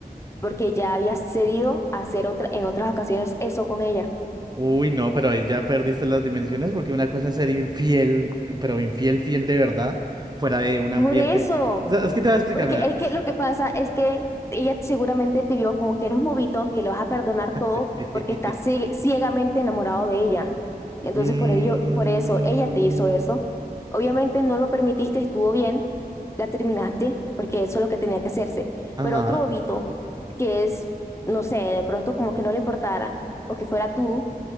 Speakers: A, on the left (about 15°); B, on the right (about 25°).
A: porque ya habías cedido a hacer otra, en otras ocasiones eso con ella.
B: Uy, no, pero ahí ya perdiste las dimensiones porque una cosa es ser infiel, eh, pero infiel, fiel de verdad, fuera de un ambiente.
A: Por eso,
B: O sea, es que te voy a explicar,
A: porque
B: mira.
A: es que lo que pasa es que ella seguramente te vio como que eres un bobito, que le vas a perdonar todo
B: <laughs>
A: porque estás cie- ciegamente enamorado de ella. Entonces,
B: Mm,
A: por ello, por eso ella te hizo eso. Obviamente no lo permitiste, estuvo bien, la terminaste, porque eso es lo que tenía que hacerse.
B: ajá.
A: Pero otro bobito, que es, no sé, de pronto como que no le importara, o que fuera tú,